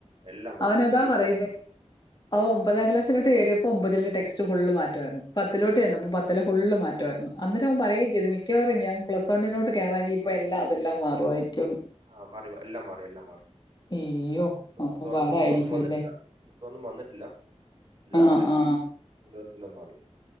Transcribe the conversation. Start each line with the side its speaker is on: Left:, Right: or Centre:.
Right: എല്ലാം മാറി.
Left: അവനതാ
Right: ഇംഗ്ലീഷും
Left: പറയുന്നേ
Right: മ- മ-
Left: അവൻ
Right: ആ
Left: ഒമ്പതാം ക്ലാസ്സിലോട്ട് കേറിയപ്പോ ഒമ്പതി ടെക്സ് <unintelligible> ഫുള്ള് മാറ്റായിരുന്നു പത്തിലലോട്ട് ചെന്നപ്പോൾ
Right: ഈ
Left: പത്തിലെ ഫുൾ മാറ്റം റ്റ അന്നേരം ഓൻ പറയും ചെയ്തു മിക്കാറ് ഞാൻ പ്ലസ് വണ്ണോട്ട് കയറാങ്ക ഇപ്പ എല്ലാം അതിലെല്ലാം മാറുആയിരിക്കുന്ന്
Right: ആ മാറി എല്ലാം മാറി എല്ലാം മാറി
Left: അയ്യോ അപ്പം
Right: പുസ്തകൊന്നും
Left: പാടായിരിക്കും
Right: പുസ്തകൊന്നും വന്നിട്ടില്ല
Left: അല്ലേ
Right: പുസ്തകമൊന്നും വന്നിട്ടില്ല എല്ലാം
Left: ആ
Right: മാറി
Left: ആ
Right: എല്ലാം മാറി